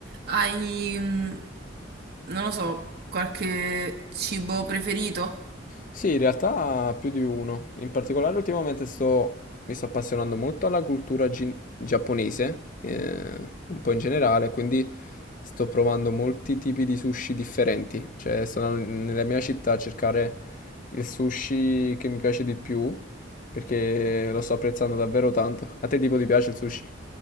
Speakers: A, on the right; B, on the left.
A: Hai, mm, non lo so, qualche cibo preferito?
B: Sì, in realtà più di uno. In particolare ultimamente sto, mi sto appassionando molto alla cultura gin- giapponese, eh, un po' in generale, quindi sto provando molti tipi di sushi differenti. Cioè, sono nella mia città a cercare il sushi che mi piace di più, perché lo sto apprezzando davvero tanto. A te tipo ti piace il sushi?